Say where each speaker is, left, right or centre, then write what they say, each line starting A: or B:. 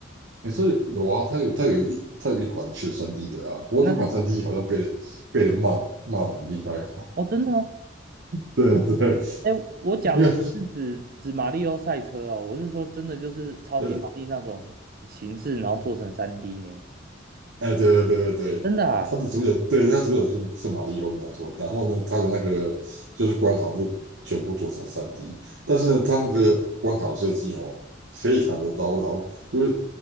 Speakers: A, on the right; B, on the right.
A: 也是有啊，它有它有一它有一款是三 d 的啊，不过这款三
B: 那是
A: d 好像被人被人骂骂的很厉害。
B: 哦，真的吗？
A: <laughs> 对对，
B: 诶，我讲的不是指指马里奥赛车哦，
A: 因为
B: 我是说真的就是超级玛丽那种形式，
A: 呃
B: 然后做成三 d 呢？
A: 哎，对对对对对，
B: 真的啊？
A: 他的主角，对，他主角是是玛丽奥，没有错。然后呢，他的那个就是关卡都全部做成三 d 但是呢，他那个关卡设计哦，非常的刀，然后就是